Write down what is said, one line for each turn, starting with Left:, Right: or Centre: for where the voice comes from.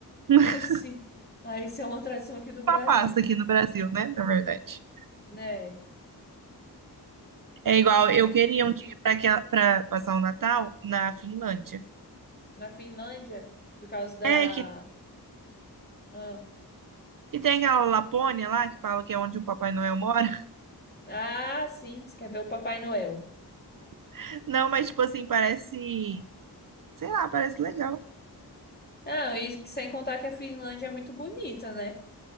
Right: <laughs>
Left: <laughs> assim, ah, isso é uma tradição aqui do Brasil,
Right: Uma pasta aqui no Brasil, né, na verdade.
Left: né?
Right: É igual,
Left: Porque
Right: eu queria um dia para para passar o Natal na Finlândia.
Left: na Finlândia, por causa da.
Right: É que
Left: Ah,
Right: que tem aquela Lapônia lá que fala que é onde o Papai Noel mora.
Left: ah, sim, você quer ver o Papai Noel.
Right: <laughs> Não, mas tipo assim, parece, sei lá, parece legal.
Left: Ah, e sem contar que a Finlândia é muito bonita, né?